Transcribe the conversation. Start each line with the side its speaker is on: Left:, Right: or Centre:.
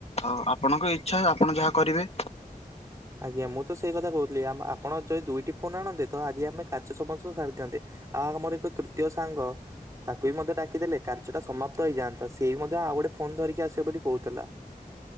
Left: ଆଉ ଆପଣଙ୍କ ଇଚ୍ଛା ଆପଣ ଯାହା କରିବେ।
Right: ଆଜ୍ଞା ମୁଁ ତ ସେଇ କଥା କହୁଥିଲି ଆ ଆପଣ ଯଦି ଦୁଇଟି ଫୋନ୍ ଆଣନ୍ତେ ତ ଆଜି ଆମେ କାଚ ସବୁସ ସାରିଥାନ୍ତେ। ଆଉ ଆମର ଏକ ତୃତୀୟ ସାଙ୍ଗ ତାକୁ ବି ମଧ୍ୟ ଡାକିଦେଲେ କାର୍ଯ୍ୟଟା ସମାପ୍ତ ହେଇଯାନ୍ତା ସେ ବି ମଧ୍ୟ ଆଉ ଗୋଟେ ଫୋନ ଧରିକି ଆସିବେ ବୋଲି କହୁଥିଲା।